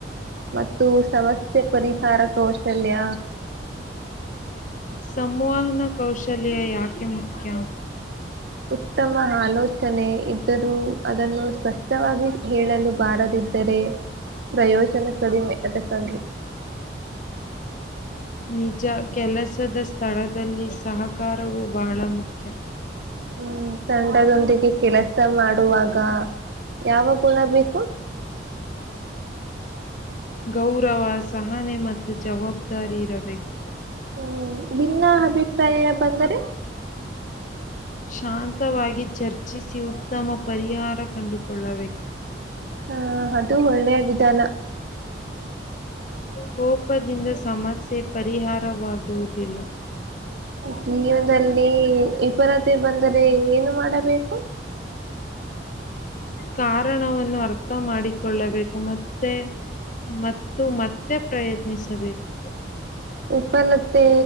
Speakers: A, on the right (about 65°); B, on the left (about 45°).
A: ಮತ್ತು ಸಮಸ್ಯೆ ತ್ತೆ ಪರಿಹಾರ ಕೌಶಲ್ಯ
B: ಸಂವಹನ ಕೌಶಲ್ಯ ಯಾಕೆ ಮುಖ್ಯ
A: ಉತ್ತಮ ಆಲೋಚನೆ ಇದ್ದರೂ ಅದನ್ನು ಸ್ಪಷ್ಟವಾಗಿ ಹೇಳಲು ಬಾರದೆ ದ್ದರೆ ಪ್ರಯೋಜನ ಕಡಿಮೆ ಅದಕ್ಕಾಗಿ.
B: ನಿಜ ಕೆಲಸದ ಸ್ಥಳದಲ್ಲಿ ಸಹಕಾರವು ಬಹಳ ಮುಖ್.
A: ಹ್ಮ್ ತಂಡದೊಂದಿಗೆ ಕೆಲಸ ಮಾಡುವಾಗ ಯಾವಗುಣ ಬೇಕು
B: ಗೌರವ ಸಹನೆ ಮತ್ತು ಜವಾಬ್ದಾರಿ ಇರಬೇಕು.
A: ಹ್ಮ್ ಬಿನ್ನ ಅಭಿಪ್ರಾಯ ಬಂದರೆ
B: ಶಾಂತವಾಗಿ ಚರ್ಚಿಸಿ ಉತ್ತಮ ಪರಿಹಾರ ಕಂಡುಕೊಳ್ಳಬೇಕು.
A: ಹಾ ಅದು ಒಳ್ಳೆಯ ವಿಧಾನ.
B: ಕೋಪದಿಂದ ಸಮಸ್ಯೆ ಪರಿಹಾರವಾಗುವುದಿಲ್ಲ.
A: ಜೀವನದಲ್ಲಿ ವಿಪರತೆ ಬಂದರೆ ಏನು ಮಾಡಬೇಕು.
B: ಕಾರಣವನ್ನು ಅರ್ಥ ಮಾಡಿಕೊಳ್ಳಬೇಕು ಮತ್ ತ್ತೆ ಮತ್ತು ಮತ್ತೆ ಪ್ರಯತ್ನಿಸಬೇಕು.
A: ಉಪನತ್ತೆ